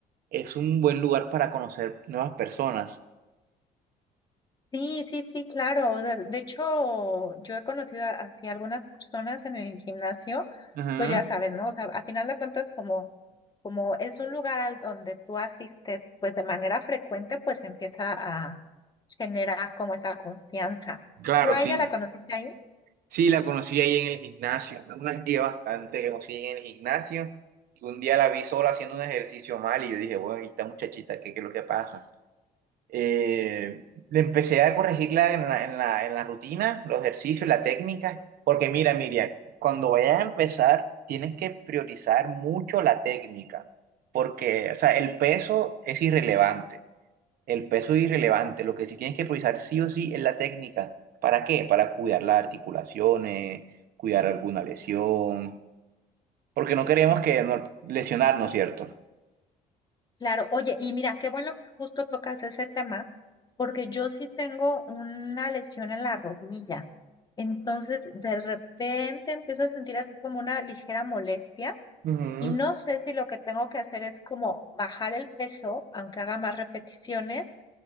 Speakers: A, on the right (about 65°); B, on the left (about 25°).
A: es un buen lugar para conocer nuevas personas.
B: Sí, sí, sí, claro. De, de hecho, yo he conocido a- así algunas personas en el gimnasio,
A: Ujú.
B: pues ya sabes, ¿no? O sea, a final de cuentas, como, como es un lugar al donde tú asistes, pues de manera frecuente, pues empieza a generar como esa confianza.
A: Claro,
B: ¿Tú a
A: sí.
B: ella la conociste ahí?
A: Sí, la conocí ahí en el gimnasio, una tía bastante que conocí en el gimnasio, que un día la vi sola haciendo un ejercicio mal y yo dije, bueno, ¿y esta muchachita, ¿qué, qué es lo que pasa? Eh, le empecé a corregirla en la, en la, en la rutina, los ejercicios, la técnica, porque mira, Miriam, cuando vayas a empezar, tienes que priorizar mucho la técnica, porque, o sea, el peso es irrelevante. El peso es irrelevante, lo que sí tienes que priorizar sí o sí es la técnica. ¿Para qué? Para cuidar las articulaciones, cuidar alguna lesión, porque no queremos que no, lesionarnos, ¿cierto?
B: Claro, oye, y mira, qué bueno que justo tocas ese tema, porque yo sí tengo una lesión en la rodilla. Entonces, de repente empiezo a sentir así como una ligera molestia
A: Ujú.
B: y no sé si lo que tengo que hacer es como bajar el peso, aunque haga más repeticiones,